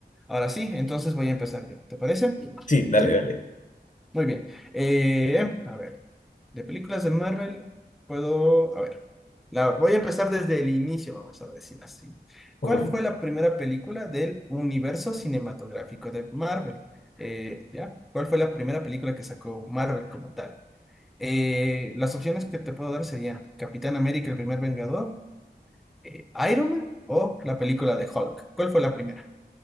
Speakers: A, in the centre; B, on the left.
A: Ahora sí, entonces voy a empezar yo. ¿Te parece?
B: Sí, dale,
A: Sí.
B: dale.
A: Muy bien. Eh, a ver, de películas de Marvel puedo, a ver, la, voy a empezar desde el inicio, vamos a decir así.
B: Uy,
A: ¿Cuál fue la primera película del universo cinematográfico de Marvel? Eh, ¿ya? ¿Cuál fue la primera película que sacó Marvel como tal? Eh, las opciones que te puedo dar serían Capitán América, el primer Vengador, eh, Iron Man o la película de Hulk. ¿Cuál fue la primera?